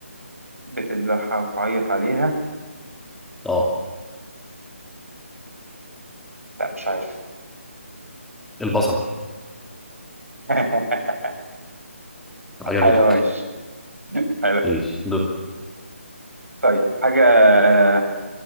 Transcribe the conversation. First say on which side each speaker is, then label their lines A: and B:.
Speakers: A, on the right; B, in the centre.
A: بتذبحها وتعيط عليها
B: اه
A: لا مش عارف
B: البصل
A: <laughs>
B: عجبتك
A: حلو ماشي حلو
B: ماشي دول
A: طيب حاجة آه،